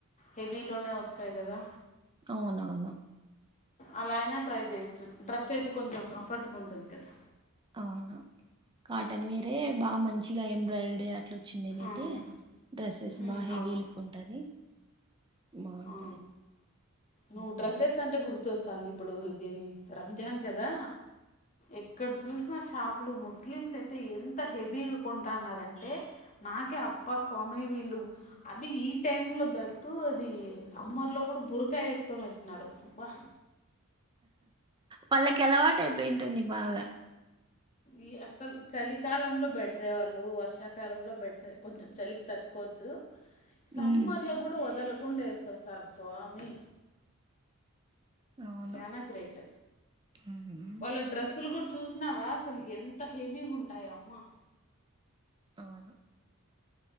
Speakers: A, on the left; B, on the right.
A: హెవీలోనే వస్తాయి కదా
B: అవునవును
A: అలా అయినా ట్రై చేయొచ్చు డ్రెస్ అయితే కొంచెం కంఫర్ట్గుం ఉంటుంది కదా
B: అవునా కాటన్ వేరే బా మంచిగా ఎంబ్రాయిడ వచ్చిందివైతే
A: ఉమ్,
B: డ్రెస్సెస్
A: ఉమ్,
B: బాహేవీ
A: అవును
B: లుక్ ఉంటది బాగుంటది
A: ఆ నువ్వు
B: ఉహు.
A: డ్రెస్సెస్ అంటే గుర్తొస్ ది ఇప్పుడు ఇది రంజాన్ కదా ఎక్కడ చూసినా షాపులు ముస్లిమ్స్ అయితే ఎంత హెవీగ కొంటన్నారంటే నాకే అబ్బ స్వామి వీళ్ళు అది ఈ టైంలో దట్టు అది సమ్మర్లో కూడా బురకా ఎసుకొని వచ్చినారు బా
B: వాళ్ళకి అలవాటైపోయింటుంది బాగా
A: ఈ అసలు చలికాలంలో బెటరే వాళ్ళు వర్షాకాలంలో బెటర కొంచెం చలికి తక్క్కోవచ్చు సమ్మర్
B: ఉమ్
A: లో కూడా వదలు హుండా వేసుకొస్తారు స్వామి
B: అవును
A: చనా గ్రేట్
B: ఉమ్
A: వాళ్ళ డ్రెస్సులు కూడా చూసినావా అసలు ఎంత హెవీ ఉంటాయామ్మా
B: అవు